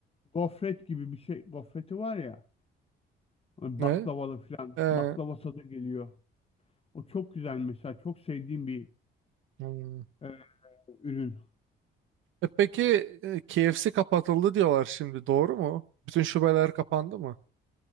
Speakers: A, on the left; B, on the right.
A: gofret gibi bir şey. Gofreti var ya. hani
B: ne
A: Baklavalı falan.
B: Ee,
A: Baklava tadı geliyor. O çok güzel mesela. Çok sevdiğim bir
B: hmm.
A: e, ürün.
B: E peki e, KFC kapatıldı diyorlar şimdi doğru mu bütün şubeler kapandı mı